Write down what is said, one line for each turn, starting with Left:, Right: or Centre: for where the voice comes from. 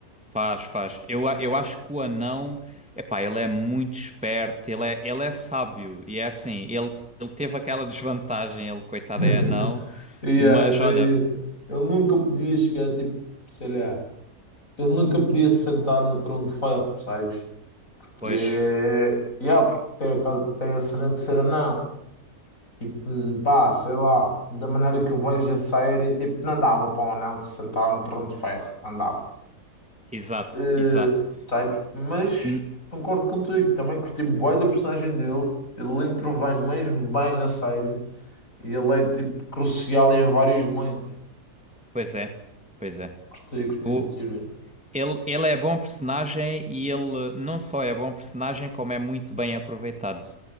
Centre: Faz, faz. Eu, a- eu acho que o anão, epá, ele é muito esperto, ele é, ele é sábio. E é assim, ele, ele teve aquela <laughs> desvantagem, ele, coitado,
Left: <laughs>
Centre: é anão.
Left: Yeah,
Centre: Mas
Left: imagina,
Centre: olha,
Left: ele nunca podia chegar, tipo, sei lá, ele nunca podia se sentar no trono de ferro, percebes? Que
Centre: pois,
Left: é. Yeah, porque tem, aquela- tem a cena de ser anão. Tipo, hum, pá, sei lá. Da maneira que eu vejo a série, tipo, não dava para um anão se sentar no trono de ferro. Não dava.
Centre: exato,
Left: Eh,
Centre: exato.
Left: sabes? Mas
Centre: N-
Left: concordo contigo. Também curti bué da personagem dele. Ele intervém mesmo bem na série. E ele é, tipo, crucial em vários momentos.
Centre: Pois é, pois é.
Left: Curti, curti
Centre: O,
Left: de Tyrion.
Centre: ele, ele é bom personagem e ele não só é bom personagem, como é muito bem aproveitado.